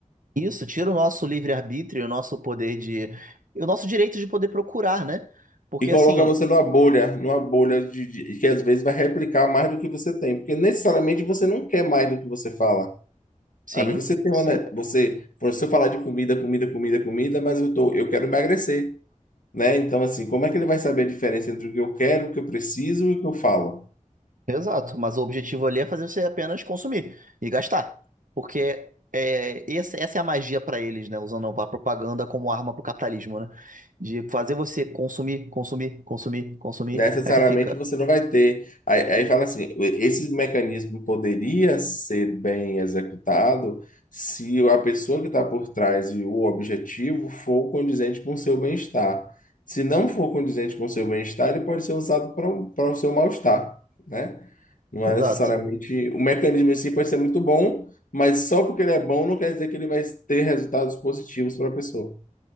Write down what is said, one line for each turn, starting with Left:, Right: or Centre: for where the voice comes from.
Right: Isso tira o nosso livre-arbítrio, o nosso poder de. o nosso direito de poder procurar, né? Porque
Left: E coloca
Right: assim,
Left: você numa bolha, numa bolha de, de- que às vezes vai replicar mais do que você tem, porque necessariamente você não quer mais do que você fala.
Right: sim,
Left: Às vezes você tem
Right: sim,
Left: uma, né, você, por se eu falar de comida, comida, comida, comida, mas eu tô, eu quero emagrecer, né? Então assim, como é que ele vai saber a diferença entre o que eu quero, o que eu preciso e o que eu falo?
Right: exato. Mas o objetivo ali é fazer você apenas consumir e gastar. Porque é, esse- essa é a magia para eles, né? Usando a propaganda como arma pro capitalismo, né? De fazer você consumir, consumir, consumir, consumir.
Left: necessariamente
Right: Aí você fica.
Left: você não vai ter. Aí, aí fala assim: esse mecanismo poderia ser bem executado se a pessoa que está por trás e o objetivo for condizente com o seu bem-estar. Se não for condizente com o seu bem-estar, ele pode ser usado para o para o seu mal-estar, né? Não
Right: Exato.
Left: é necessariamente. O mecanismo em si pode ser muito bom, mas só porque ele é bom não quer dizer que ele vai ter resultados positivos para a pessoa.